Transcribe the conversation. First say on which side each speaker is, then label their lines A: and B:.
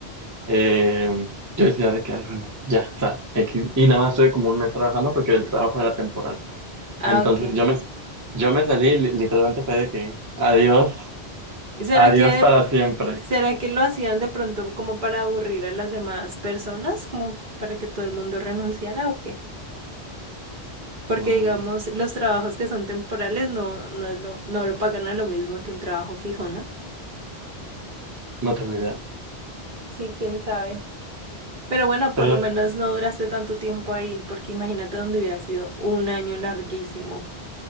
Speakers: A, on the right; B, on the right.
A: Eh, yo decía de que, ay, bueno, ya, o sea, X. Y nada más estuve como un mes trabajando porque el trabajo era temporal.
B: Ah,
A: Entonces
B: okay.
A: yo me, yo me salí, li- literalmente fue de que adiós,
B: ¿Y será
A: adiós
B: que,
A: para siempre.
B: será que lo hacían de pronto como para aburrir a las demás personas, como para que todo el mundo renunciara o qué? Porque
A: No,
B: digamos,
A: me-
B: los trabajos que son temporales no, no es lo, no lo pagan a lo mismo que un trabajo fijo, ¿no?
A: no tengo idea.
B: Sí, quién sabe. Pero bueno,
A: Pero,
B: por lo menos no duraste tanto tiempo ahí, porque imagínate donde hubiera sido un año larguísimo.